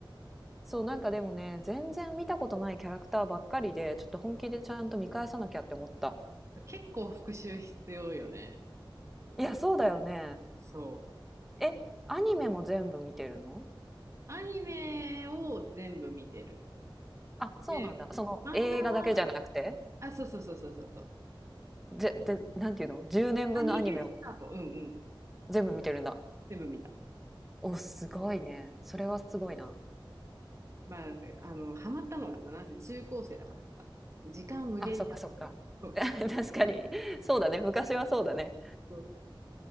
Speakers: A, in the centre; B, on the right.
A: そうなんかでもね全然見たことないキャラクターばっかりでちょっと本気でちゃんと見返さなきゃって思った
B: 結構復習必要よね。
A: いやそうだよね
B: そう。
A: えアニメも全部見てるの
B: アニメを全部見てる。
A: あそうなんだその映画だけじゃなくて
B: で、漫画は、あ、そうそうそうそうそうそう。
A: ぜでなんていうの10年分のアニメを
B: アニメスタート。うんうん。
A: 全部見てるんだ
B: 全部見た。
A: おすごいねそれはすごいな
B: まあ、あの、ハマったのがさ、なんせ中高生だからさ、時間無限にあった。
A: あそっかそっか
B: そう
A: <laughs> 確かにそうだね昔はそうだね
B: そう